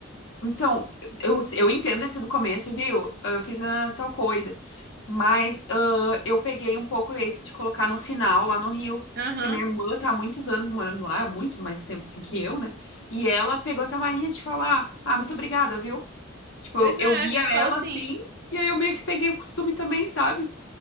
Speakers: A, on the left (about 65°); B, on the right (about 50°).
A: Então, eu, eu entendo esse do começo, viu? "Ah, Eu fiz ah, tal coisa. Mas ah, eu peguei um pouco esse de colocar no final, lá no Rio,
B: Aham.
A: que a minha irmã tá há muitos anos morando lá, muito mais tempo assim que eu, né? E ela pegou essa mania de falar, ah, muito obrigada, viu? Tipo,
B: Pois
A: eu, eu
B: é,
A: via
B: a gente fala
A: ela
B: assim.
A: assim, e aí eu meio que peguei o costume também, sabe?